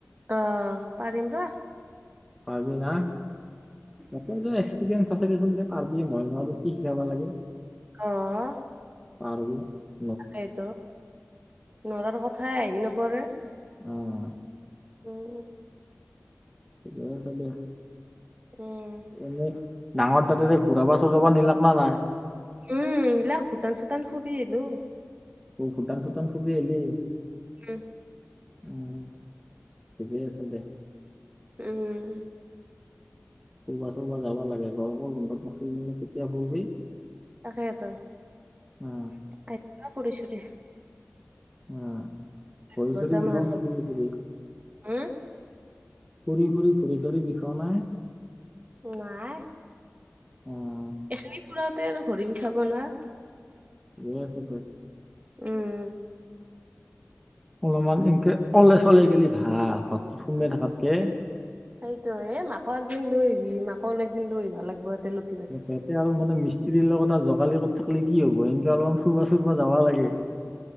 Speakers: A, on the right; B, in the centre.
A: অ', পাৰিম ৰ।
B: পাৰবি না <unintelligible> <unintelligible> দেচোন পাৰবি মই ন আৰু কি শিকাবা লাগে।
A: অহ
B: পাৰবি‌না।
A: তাকেইতো নৰাৰ কথাই আহি নপৰে।
B: অ'।
A: উম উম।
B: ঠিকে আছে দেই।
A: উম।
B: এনে ডাঙৰ দাদাৰে ঘূৰাবা চূৰাবা নিলাক না নাই।
A: উম, লিলাকখ ভূটান চূটান ফুৰি আহিলোঁ।
B: ব ভূটান চুটান ফুৰি আহিলি।
A: উম।
B: উম, ঠিকে আছে দে।
A: উম।
B: ফুৰবা চুৰবা যাবা লাগে গৰমৰ বন্ধত নখেলি কেতিয়া ফুৰবি।
A: তাকেতো
B: অ
A: <unintelligible> ফুৰি চুৰি।
B: উম, ভৰি
A: ঘৰত
B: চৰি
A: যাম
B: বিষয়
A: আৰু,
B: নাই ফুৰি ফুৰি।
A: উম,
B: ফুৰি ফুৰি ভূৰি চৰি বিষাও নাই।
A: নাই।
B: অ'।
A: এখিনি ফুৰাতে আৰু ঘৰি বিষাব না।
B: দে ফপে।
A: উম।
B: অলপমান এনকে অলে চলোই গেলি ভাল ঘৰটোত সোমে থকাতকে।
A: সেইটো এ মাকৰ একদিন লৈ আহিবি মাকৰ একদিন লৈ আহিবা লাগিব একে লগে।
B: তেতিয়া হ'লে মানে মি্ত্ৰীৰ লগত এটা জোগালি লগত থাকিলে কি হ'ব এনেকে অলপমান ফুৰিব - চুুৰিব যাবা লাগে।